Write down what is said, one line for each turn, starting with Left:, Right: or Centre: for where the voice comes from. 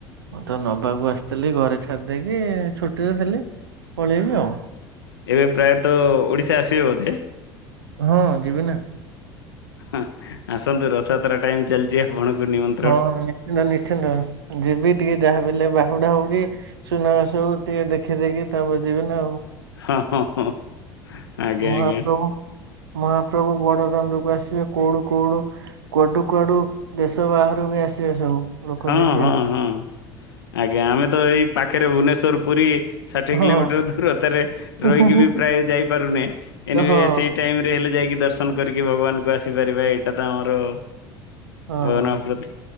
Right: ମୁଁ ତ ନବାକୁ ଆସିଥିଲି ଘରେ ଛାଡିଦେଇକି ଛୁଟିରେ ଥିଲି ପଳେଇବି ଆଉ
Left: ଏବେ ପ୍ରାୟତଃ ଓଡ଼ିଶା ଆସିବେ ବୋଧେ?
Right: ହଁ ଯିବି ନା।
Left: ହୁଁ ଆସନ୍ତୁ ରଥଯାତ୍ରା ଟାଇମ୍ ଚାଲିଛି ଆଉ <inaudible>
Right: ହଁ ନିଶ୍ଚିନ୍ତ ନିଶ୍ଚିନ୍ତ ଯିବି ଟିକେ ଯାହା ବିହେଲେ ବାହୁଡା ହୁଡ଼ି ସୁନା ବେଶକୁ ଟିକେ ଦେଖି ଦେଖି ତାପରେ ଯିବି ନା ଆଉ।
Left: ହଁ ହଁ ହଁ ଆଜ୍ଞା
Right: ମହାପ୍ରଭୁ
Left: ଆଜ୍ଞା।
Right: ମହାପ୍ରଭୁ ବଡଦାଣ୍ଡକୁ ଆସିବେ କୋଉଠୁ କୋଉଠୁ କୁଆଡୁ କୁଆଡୁ ଦେଶ ସବୁ ବାହାରୁ ବି ଆସିବେ ସବୁ। ଲୋକ
Left: ହଁ
Right: ଦେଖିବାକୁ।
Left: ହଁ ହଁ। ଆଜ୍ଞା ଆମେ ତ ଏଇ ପାଖରେ ଭୁବନେଶ୍ୱର ପୁରୀ ଷାଠିଏ
Right: ହଁ
Left: କିଲୋମିଟର ତାରେ ରହିକି
Right: ହଁ
Left: ବି ପ୍ରାୟ ଯାଇପାରୁନେ ଏ
Right: ଅ,
Left: ନିଉଷ୍ଟେ
Right: ହଁ
Left: ଟାଇମ୍ ରେ ହେଲେ ଯାଇକି ଦର୍ଶନ କରିକି ଭଗବାନଙ୍କୁ ଆସିପାରିବା ଏଇଟା ତ ଆମର
Right: ହଁ
Left: ଭଗବାନଙ୍କ ପ୍ରତି